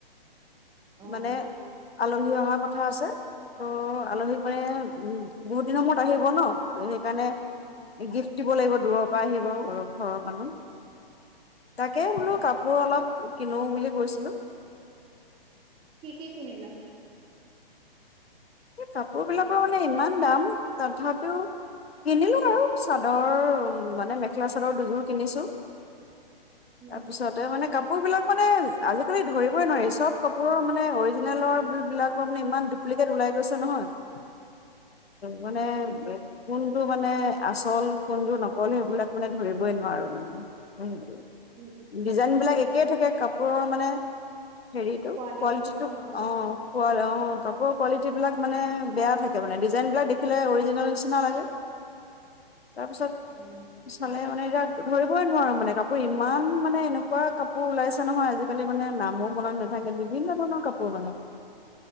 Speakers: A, on the right; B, on the left.
A: অ
B: মানে আলহী অহাৰ কথা আছে ত' আলহীক মানে উম বহুত দিনৰ মূৰত আহিব ন সেইকাৰণে
A: উম,
B: গিফ্ট দিব লাগিব দূৰৰ পৰা আহিব ঘৰৰ ঘৰৰ মানুহ। তাকে
A: অ
B: বোলো কাপোৰ অলপ কিনো বুলি কৈছিলো।
A: কি কি কিনিলা
B: এই কাপোৰবিলাকৰ মানে ইমান দাম তথাপিও কিনিলো আৰু চাদৰ মানে মেখেলা চাদৰ দুযোৰ কিনিছোঁ
A: উম
B: তাৰপিছতে মানে কাপোৰ কাপোৰ বিলাক মানে আজিকালি ধৰিবই নোৱাৰি চব কাপোৰৰ মানে অৰিজিনেলৰ বিলাক মানে ইমান ডুপ্লিকেট ওলাই গছে নহয় <unintelligible> মানে
A: উম
B: কোনটো মানে আচল কোনটোৰ নকল সেইবিলাক মানে ধৰিবই নোৱাৰো মানে স
A: উম
B: ডিজাইন বিলাক এক একেই থাকে কাপোৰৰ মানে হেৰিটো
A: কোৱালিটিটোৰ
B: কোৱালিটি
A: কথা
B: টো
A: কৈছা?
B: অ ক অ <unintelligible> অ কলেজ সেই বিলাক মানে বেয়া থাকে মানে ডিজাইনবিলাক দেখিলে অৰিজিনেল নিচিনা লাগে তাৰপিছত
A: উম
B: চালে মানে এতিয়া ধৰিবই নোৱাৰোঁ মানে কাপোৰ ইমান মানে এনেকুৱা কাপোৰ ওলাইছে নহয় আজিকালি মানে নামো মনত নাথাকে বিভিন্ন ধৰণৰ কাপোৰ মানে